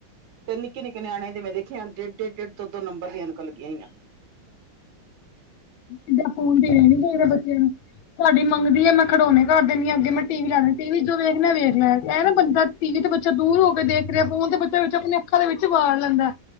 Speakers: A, on the right; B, on the left.
A: ਤੇ ਨਿੱਕੇ-ਨਿੱਕੇ ਨਿਆਣੇ ਤੇ ਮੈਂ ਦੇਖਿਆ ਡੇਢ-ਡੇਢ ਦੋ-ਦੋ ਨੰਬਰ ਦੀਆਂ ਐਨਕਾਂ ਲੱਗੀਆਂ ਹੋਇਆਂ
B: ਇਦਾਂ ਫੋਨ ਦੇਣਾ ਨੀ ਚਾਹੀਦਾ ਬੱਚਿਆਂ ਨੂੰ ਸਾਡੀ ਮੰਗਦੀ ਹੈ ਮੈਂ ਖੜੋਣੇ ਕਰ ਦੇਨੀ ਆਂ ਅੱਗੇ ਮੈਂ ਟੀ ਵੀ ਲਾ ਦ ਟੀ ਵੀ ਜੋ ਵੇਖਣੈ ਵੇਖ ਲਿਆ ਕ ਨਾ ਬੰਦਾ ਟੀ ਵੀ ਤੇ ਬੱਚਾ ਦੂਰ ਹੋ ਕੇ ਦੇਖ ਰਿਹਾ ਫੋਨ ਤੇ ਬੱਚਾ ਵਿੱਚ ਆਪਣੇ ਅੱਖਾਂ ਦੇ ਵਿੱਚ ਵਾੜ ਲੈਂਦਾ